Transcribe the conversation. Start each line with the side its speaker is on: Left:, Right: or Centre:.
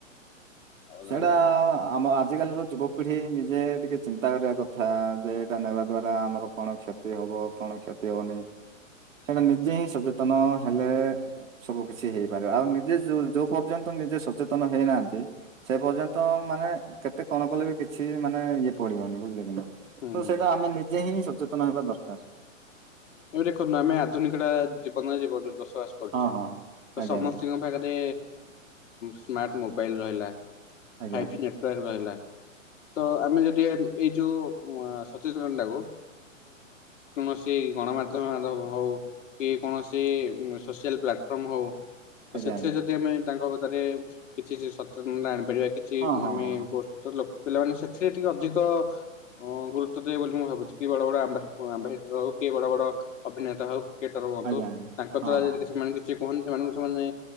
Left: ଆଉ
Right: ସେଇଡା
Left: ରହିଲା
Right: ଆମ ଆଜିକାଲିର ଯୁବପିଢ଼ି ନିଜେ ଟିକେ ଚିନ୍ତା କରିବା କଥା, ଯେ ଏଇଟା ନେବା ଦ୍ଵାରା ଆମର କଣ କ୍ଷତ୍ କ୍ଷତି ହବ, କଣ କ୍ଷତି ହବନି, ସେଟା ନିଜେ ହିଁ ସଜେତନ ହେଲେ ସବୁ କିଛି ହେଇପାରିବ। ଆଉ ନିଜେ ଯୋଉ, ଯୋଉ ପର୍ଯ୍ୟନ୍ତ ନିଜେ ସଚେତନ ହେଇନାହାନ୍ତି ସେ ପର୍ଯ୍ୟନ୍ତ ମାନେ କେତେ କଣ କଲେ ବି କିଛି ମାନେ ଇଏ ପଡିବନି ବୁଝିଲେ କି ନା।
Left: ହୁଁ।
Right: ତ ସେଇଟା ଆମେ ନିଜେ ହିଁ ସଚେତନ ହେବା ଦର୍କାର୍।
Left: <unintelligible> ଆମେ ଆଧୁନିକଟା ଜୀବନରେ, ଜୀବନରେ ଦସ ଆସ୍ କରୁଚେ।
Right: ହଁ ହଁ
Left: ତ
Right: ଆଜ୍ଞା
Left: ସମସ୍ତିଙ୍କ ପାଖେରେ ସ୍ମାର୍ଟ୍ ମୋବାଇଲ୍ ରହିଲା।
Right: ଆଜ୍ଞା
Left: ଫାଇବ୍ଜି ନେଟ୍ୱାର୍କ ରହିଲା, ତ ଆମେ ଯଦି ଏଇ ଯୋଉ ସଚେସନ୍ ଡାକୁ କୁମସି ଗଣମାଧ୍ୟମାଧବ ହୋଉ କି କୌଣସି ସୋସିଆଲ୍ ପ୍ଲାଟଫର୍ମ ହବ ତ
Right: ଆଜ୍ଞା
Left: ସେସ୍ରେ ଯଦି ଆମେ ତାଙ୍କ କଥାରେ କିଛି ସଚେସନତା ଆଣିପାରିବା କି? ଚିପ୍
Right: ହଁ ହଁ
Left: ମାମେ ବର୍ତ୍ତଲପ୍, ପିଲାମାନଙ୍କ୍ ସତ୍ସ୍ରେ ଟିକେ ଅଧିକ ଅଁମ୍, ଗୁରୁତ୍ୱ ଦେବେ ବୋଲି ମୁଁ ଭାବୁଚି, କି ବଡ ବଡ ଆମ୍ବା, ଆମ୍ବାହେ। ରହୁ। କିଏ ବଡ ବଡ ଅଭିନେତା ହଉ, କିଏଟର ହୁଅନ୍ତୁ,
Right: ଆଜ୍ଞା ଆଜ୍ଞା
Left: ତାଙ୍କ
Right: ହଁ
Left: ଦ୍ଵାରା
Right: ହଁ
Left: ଯଦି
Right: ହଁ ହଁ
Left: କିଛି ମାଇଣ୍ଡ୍ ଯିଏ କୁହନ୍ତି ସେମାନଙ୍କୁ ସମାନେ